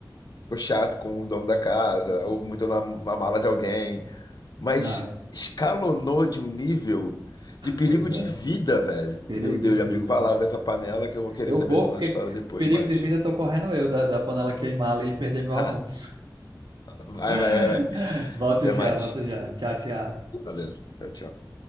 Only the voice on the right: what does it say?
não,
pois
é,
perigo
de vida.
Eu
vou
porque
perigo
de vida eu tô correndo eu da, da panela queimar ali e perder meu
almoço.
<laughs>
Volto
já,
volto já. Tchau, tchau.